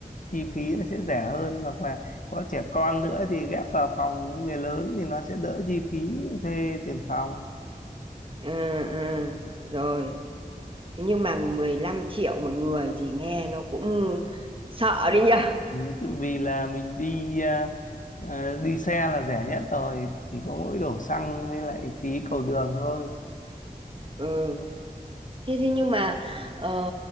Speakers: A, on the left; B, on the right.
A: chi phí nó sẽ rẻ hơn hoặc là có trẻ con nữa thì ghép vào phòng với người lớn thì nó sẽ đỡ chi phí thuê tiền phòng
B: ừ ừ rồi Thế nhưng mà 15 triệu một người thì nghe nó cũng sợ đi nhở.
A: Ừ, tự vì là mình đi à, à, đi xe là rẻ nhất rồi thì có mỗi đổ xăng với lại phí cầu đường thôi
B: Ừ. Thế thế nhưng mà ờ,